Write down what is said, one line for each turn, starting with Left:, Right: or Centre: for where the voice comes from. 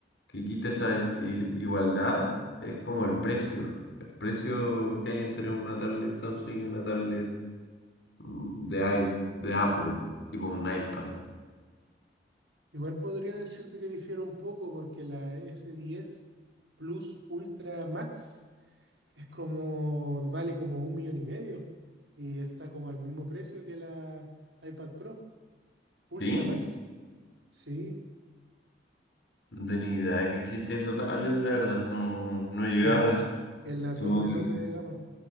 Left: que quita esa i- igualdad es como el precio. El precio que hay entre una tablet Samsung y una tablet mm, de, i- de Apple, tipo un iPad.
Right: Igual podría decirte que difiere un poco porque la S10 Plus Ultra Max Es como, vale como un millón y medio y está como al mismo precio que la iPad Pro Ultra
Left: ¿Sí?
Right: Max. Sí,
Left: No tenía idea de que existía esa tablet, la verdad. No, no
Right: sí,
Left: he llegado a eso.
Right: en la
Left: Supongo
Right: tope,
Left: que,
Right: tope de gama.